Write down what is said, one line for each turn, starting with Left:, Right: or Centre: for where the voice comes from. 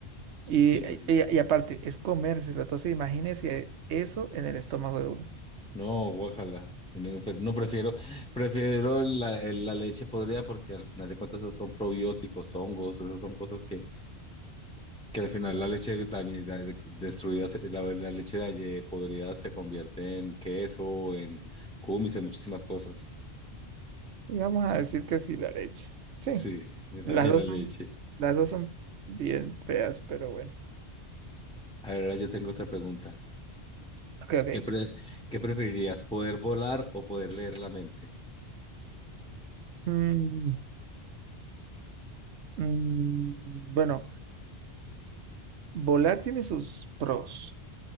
Right: Y,
Centre: Sí, sí,
Right: y,
Centre: sí.
Right: y aparte, es comérselo. Entonces, imagínese eso en el estómago de uno.
Centre: No, guácala. un enfer- No, prefiero, prefiero la, el- la leche podrida porque al final de cuentas esos son probióticos, hongos, esas son cosas que, que al final la leche dañi- da- destruida, se- la, la leche dañi- eh, podrida se convierte en queso, en cumis, en muchísimas cosas.
Right: Y vamos a decir que sí, la leche. Sí,
Centre: Sí, yo
Right: las
Centre: también
Right: dos
Centre: la leche.
Right: son, las dos son bien feas, pero bueno.
Centre: Ahora yo tengo otra pregunta.
Right: Ok, ok.
Centre: ¿Qué, pre- qué preferirías, poder volar o poder leer la mente?
Right: Mm, mm, bueno, volar tiene sus pros.